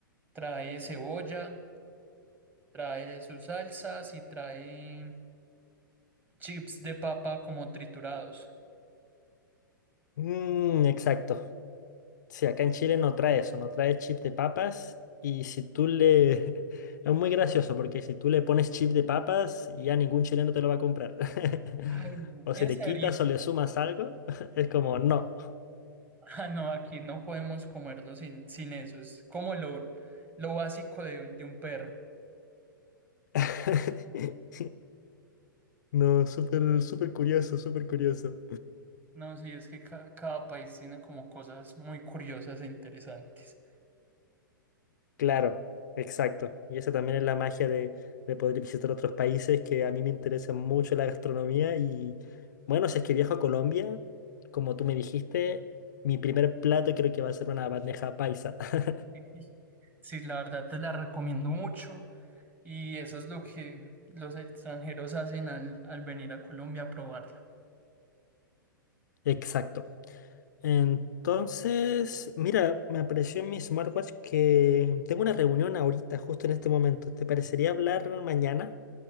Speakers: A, on the right; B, on the left.
A: trae cebolla, trae sus salsas y trae chips de papa como triturados.
B: Mm, exacto. Sí, acá en Chile no trae eso, no trae chip de papas y si tú le... <laughs> Es muy gracioso porque si tú le pones chip de papas ya ningún chileno te lo va a comprar. <laughs>
A: Ay, no,
B: O
A: en
B: si le
A: serio.
B: quitas
A: <laughs>
B: o le sumas algo, <laughs> es como no.
A: Ah, no, aquí no podemos comerlo sin, sin eso, es como lo, lo básico de, un- de un perro.
B: <laughs> No, súper, súper curioso, súper curioso.
A: No, sí, es que ca- cada país tiene como cosas muy curiosas e interesantes.
B: Claro, exacto. Y esa también es la magia de, de poder visitar otros países que a mí me interesa mucho la gastronomía. Y bueno, si es que viajo a Colombia, como tú me dijiste, mi primer plato creo que va a ser una bandeja paisa. <laughs>
A: Sí, sí, la verdad te la recomiendo mucho y eso es lo que los extranjeros hacen al, al venir a Colombia a probarla.
B: Exacto. Entonces, mira, me apareció en mi smartwatch que tengo una reunión ahorita, justo en este momento. ¿Te parecería hablar mañana?